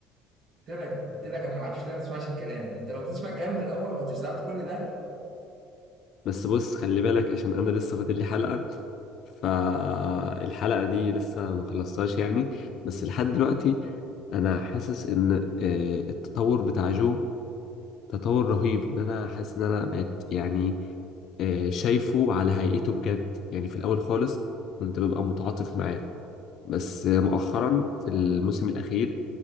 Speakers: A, on the right; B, on the left.
A: قلت لك قلت لك انا ما اعرفش ليه ما تسمعش الكلام انت لو بتسمع الكلام من الاول ما كنتش دعت كل ده
B: بس بص خلي بالك عشان انا لسه فاضل لي حلقة فالحلقة دي لسه ما خلصتهاش يعني بس لحد دلوقتي انا حاسس ان آه، التطور بتاع جو تطور رهيب ان انا حاسس ان انا بقيت يعني آه، شايفه على هيئته بجد يعني في الاول خالص كنت ببقى متعاطف معاه بس مؤخرا في الموسم الأخير